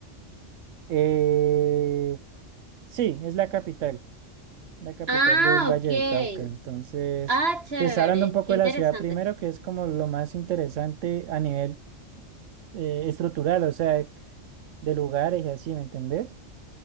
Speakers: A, on the right (about 85°); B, on the right (about 55°).
A: Eh, sí, es la capital, la capital
B: Ah,
A: del Valle
B: ok.
A: del Cauca. Entonces,
B: Ah, chévere,
A: te está hablando un poco
B: qué interesante.
A: de la ciudad primero, que es como lo más interesante a nivel eh, estructural, o sea, de lugares y así, ¿me entendés?